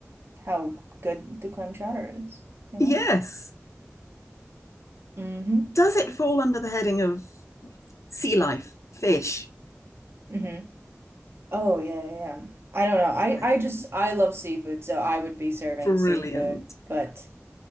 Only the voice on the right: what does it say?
how good the clam chowder is, you
know? Mm-hmm.
Mm-hmm. Oh yeah, yeah. yeah. I don't know. I
I just
I love seafood, so I would be serving
seafood. But